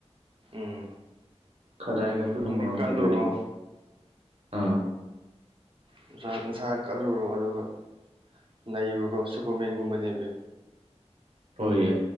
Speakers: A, on the right; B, on the right.
A: ꯎꯝ
B: ꯈꯖꯥꯏꯒ ꯑꯗꯨꯅ
A: ꯅꯪꯗꯤ
B: ꯃꯔꯣꯝ
A: ꯀꯜꯂꯨꯔꯣ
B: ꯐꯖꯔꯤ ꯑꯥ
A: ꯅꯁꯥ ꯅꯁꯥ ꯀꯜꯂꯨꯔꯣ ꯑꯗꯨꯒ ꯅꯩꯔꯨꯔꯣ ꯁꯨꯄꯔꯃꯦꯟꯒꯨꯝꯕꯅꯦꯃꯤ
B: ꯍꯣꯏ ꯌꯦ